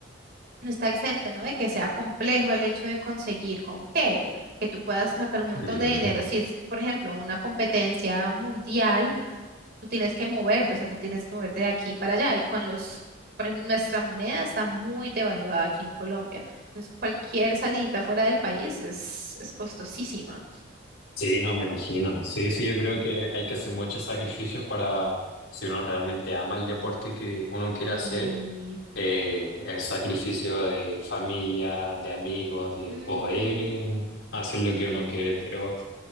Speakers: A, on the right; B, on the left.
A: no está exento, ¿no? De que sea complejo el hecho de conseguir con qué, que tú puedas sacar un montón
B: Ujú.
A: de dinero. Si es, por ejemplo, una competencia mundial, tú tienes que moverte, o sea, tú tienes que moverte de aquí para allá, y con los, por ejemplo, nuestra moneda está muy devaluada aquí en Colombia, entonces cualquier salidita fuera del país es, es costosísima.
B: Sí, no, me imagino. Sí, sí, yo creo que hay que hacer muchos sacrificios para, si uno realmente ama el deporte que uno quiere
A: Y
B: hacer eh, el sacrificio de familia, de amigos, de
A: Ujú.
B: poder eh, hacer lo que uno quiere, pero